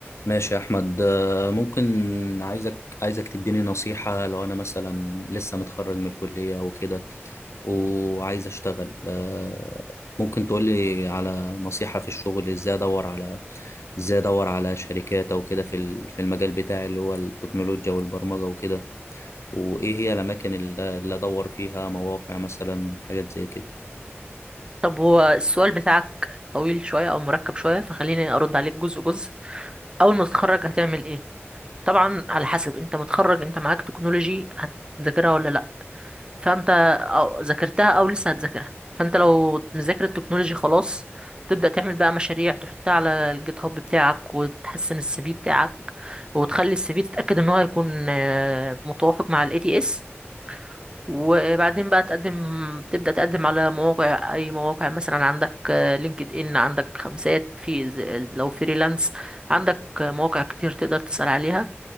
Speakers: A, on the left; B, on the right.
A: ماشي يا احمد آه، ممكن عايزك عايزك تديني نصيحة لو انا مثلا لسه متخرج من الكلية وكده وعايز اشتغل آه، ممكن تقولي على نصيحة في الشغل ازاي ادور على ازاي ادور على شركات او كده في ال- في المجال بتاعي اللي هو التكنولوجيا والبرمجة وكده وايه هي الاماكن اللي اللي ادور فيها مواقع مثلا حاجات زي كده
B: طب هو السؤال بتاعك طويل شوية أو مركب شوية فخليني أرد عليك جزء جزء أول ما تتخرج هتعمل إيه؟ طبعا على حسب أنت متخرج أنت معاك تكنولوجي هتذاكرها ولا لأ فأنت أو ذاكرتها أو لسه هتذاكرها فأنت لو مذاكر التكنولوجي خلاص تبدأ تعمل بقى مشاريع تحطها على الجيت هاب بتاعك وتحسن السي في بتاعك وتخلي السي في تتأكد إن هو هيكون آه، متوافق مع ال ATS وبعدين بقى تقدم تبدأ تقدم على مواقع أي مواقع مثلا عندك لينكد إن عندك خمسات في ز- لو فريلانس عندك مواقع كتير تقدر تسأل عليها